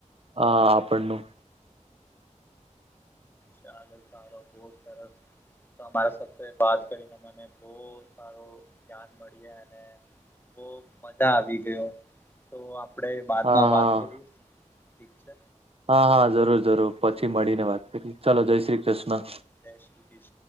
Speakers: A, on the right; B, on the left.
A: હ આપણનું
B: ચાલો સારો બહ સર તમારા સાથે વાત કરીને મને બહ સારું <unintelligible> મળ અને બહ મજા આવી ગયો તો આપણેે બાદમાં
A: હા
B: વાત
A: હા
B: કરી ઠીક છે.
A: હા હા જરૂર જરૂર પછી મળીને વાત કરી ચાલો જય શ્રી કૃષ્ણ
B: જય કિસ